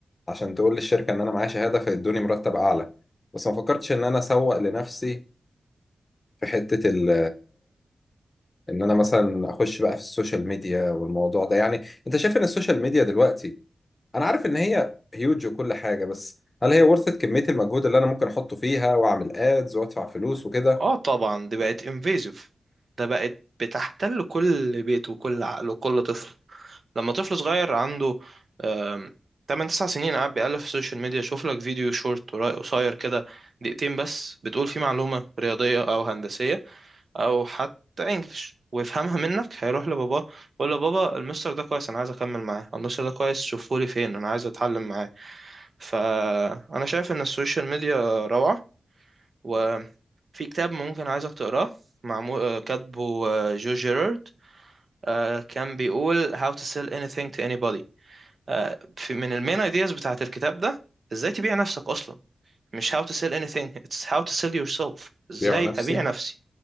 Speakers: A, on the left; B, on the right.
A: عشان تقول للشركه ان انا معايا شهاده فيدوني مرتب اعلى بس ما فكرتش ان انا اسوق لنفسي في حته ال ان انا مثلا اخش بقى في السوشيال ميديا والموضوع ده يعني انت شايف ان السوشيال ميديا دلوقتي انا عارف ان هي هيوج وكل حاجه بس هل هي ورثة كمية المجهود اللي أنا ممكن أحطه فيها وأعمل ادز وأدفع فلوس وكده
B: اه طبعا دي بقت انفيزيف ده بقت بتحتل كل بيت وكل عقل وكل طفل لما طفل صغير عنده آم، 8 9 سنين قاعد بيألف في السوشيال ميديا شوف لك فيديو شورت ورا- قصير كده دقيقتين بس بتقول فيه معلومة رياضية او هندسية او حتى انجلش ويفهمها منك هيروح لباباه يقول له بابا المستر ده كويس انا عايز اكمل معاه أو المستر ده كويس شوفهولي فين انا عايز اتعلم معاه فانا شايف ان السوشيال ميديا روعة وفي كتاب ممكن عايزك تقراه معمول آه، كاتبه آه، جو جيرارد آه، كان بيقول How to sell anything to anybody آه، في- من المين ايدياز بتاعت الكتاب ده ازاي تبيع نفسك اصلا مش how to sell anything it's how to sell yourself ازاي
A: بيع نفسي
B: ابيع نفسي